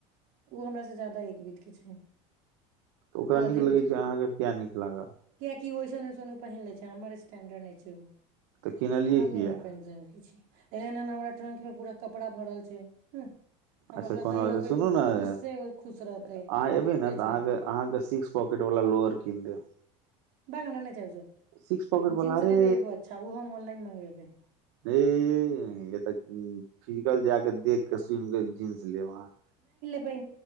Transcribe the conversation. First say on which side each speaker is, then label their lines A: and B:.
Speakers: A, on the right (about 55°); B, on the right (about 70°).
A: ओ हमरासँ ज्यादा एकबीतके छै
B: तऽ ओकरा
A: ओ अधे
B: नीक लगै छै अहाँके कए नीक लागय
A: की ओइसन ओइसन ओ पहिन लै छै हमर स्टैणडर्ड नहि छै ओ
B: तऽ किनलियै
A: हम
B: किया
A: नमन प त कि छी एहन एहन हमरा ट्रंक मे पूरा कपड़ा भरल छै ह हम
B: अच्छा
A: ओकरा
B: कोनो
A: दही
B: बात
A: लगबे
B: सुनू
A: तऽ
B: अहाँ
A: तऽ खुशे खुश रहतै
B: एबै
A: एते
B: ने तऽ
A: छै
B: अहाँ अहाँके सिक्स पॉकेट वाला लोअर किन देब
A: भाग हम उना नहि जैब जाऊ
B: सिक्स पॉकेट
A: हम जींस
B: वाला अरे
A: लेबै एगो अच्छा उहो हम ऑनलाइन मंगेबै
B: ऐह बहिन एतऽ फिजिकल जाक देख के सुनिक जिन्स जिन्स लेब अहाँ
A: नहि लेबै